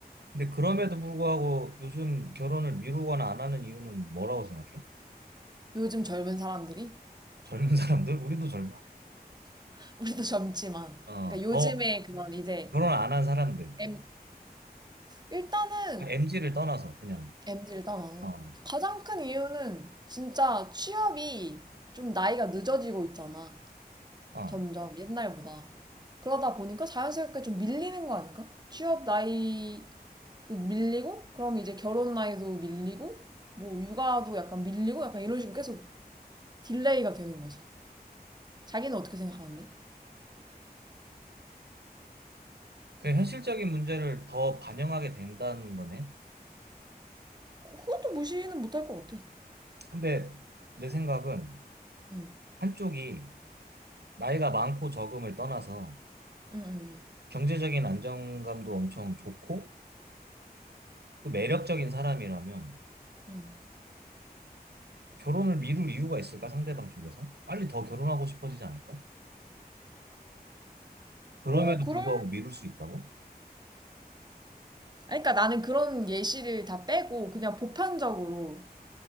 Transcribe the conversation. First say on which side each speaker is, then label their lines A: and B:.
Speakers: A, on the right; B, on the right.
A: 근데 그럼에도
B: 음.
A: 불구하고 요즘 결혼을 미루거나 안 하는 이유는 뭐라고 생각해?
B: 요즘 젊은 사람들이
A: 젊은 <laughs> 사람들? 우리도 젊어.
B: <laughs> 우리도 젊지만
A: 어,
B: 그러니까
A: 더
B: 요즘에 그런 이제
A: 결혼 안 한 사람들.
B: M 일단은
A: MZ를 떠나서 그냥.
B: MZ를 떠나서
A: 어,
B: 가장 큰 이유는 진짜 취업이 좀 나이가 늦어지고 있잖아.
A: 어.
B: 점점 옛날보다. 그러다 보니까 자연스럽게 좀 밀리는 거 아닐까? 취업 나이도 밀리고, 그럼 이제 결혼 나이도 밀리고, 뭐 육아도 약간 밀리고, 약간 이런 식으로 계속 딜레이가 되는 거지. 자기는 어떻게 생각하는데?
A: 그 현실적인 문제를 더 반영하게 된다는 거네.
B: 어, 그것도 무시는 못할 것 같아.
A: 근데 내 생각은
B: 응,
A: 한쪽이 나이가 많고 적음을 떠나서
B: 응, 응,
A: 경제적인 안정감도 엄청 좋고 또 매력적인 사람이라면
B: 응. 응.
A: 결혼을 미룰 이유가 있을까? 상대방 쪽에서? 빨리 더 결혼하고 싶어지지 않을까? 그럼에도
B: 뭐그런
A: 불구하고 미룰 수 있다고?
B: 아니, 그러니까 나는 그런 예시를 다 빼고 그냥 보편적으로